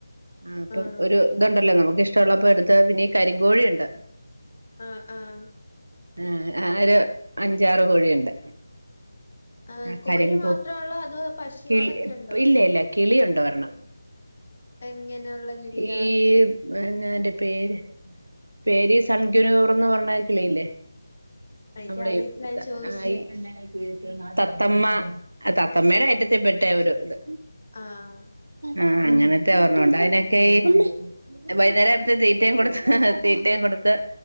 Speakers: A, on the right; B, on the left.
A: ആ അപ്പം
B: ആഹ്
A: ഒരു ഇത്ണ്ടല്ലോ നമുക്ക് ഇഷ്ട ള്ളപ്പോ എടുത്ത് പിന്നീ കരിങ്കോഴിയുണ്ട്
B: ആഹ് ആഹ
A: ആ ആ ഒരു അഞ്ചാറ് കോഴിയുണ്ട്
B: ആഹ്
A: ആ കരിങ്കൂ
B: കോഴി മാത്രൊള്ളോ അതോ പശു
A: കിളി
B: അതൊക്കെ ഉണ്ടോ
A: ഇല്ല ഇല്ല കിളിയൂണ്ട് ഒ രണം
B: എങ്ങനെയുള്ള കിളിയാ
A: ഈ ന്ന എന്റെ പേര് പേര് സൺഗ്യനൂർന്ന് പറഞ്ഞ കളിയില്ലേ
B: എനിക്കറിയത്തില്ല
A: നമ്മുടെ <unintelligible>
B: ഞാൻ ചോദിച്ചയാ
A: തത്തമ്മ തത്തമ്മയുടെ ഐറ്റത്തിൽ പെട്ട ഒരു ഇത്
B: ആഹ്
A: ആഹ അങ്ങനത്തെ ഓർണ്മ്മോണ്ട് അതിനൊക്കെ ഈ വൈകേരം ആകുമഴത്തെ തീറ്റയും കൊടുത്ത് തീറ്റയും കൊടുത്ത്